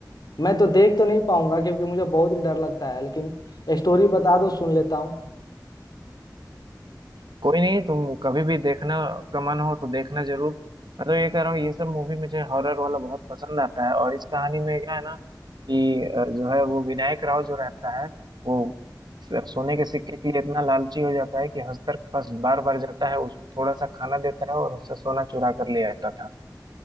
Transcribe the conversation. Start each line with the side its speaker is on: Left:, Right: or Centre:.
Left: मैं तो देख तो नहीं पाऊंगा क्योंकि मुझे बहुत ही डर लगता है लेकिन स्टोरी बता दो सुन लेता हूँ
Right: कोई नहीं तुम कभी भी देखना का मन हो तो देखना जरूर मैं तो ये कह रहा हूँ ये सब मूवी मुझे हॉरर वाला बहुत पसंद आता है और इस कहानी में क्या है ना कि अ, जो है वो विनायक राव जो रहता है वो स- सोने के सिक्के के लिए इतना लालची हो जाता है कि हस्तर के पास बार बार जाता है उस थोड़ा सा खाना देता है और उससे सोना चुरा कर ले आता था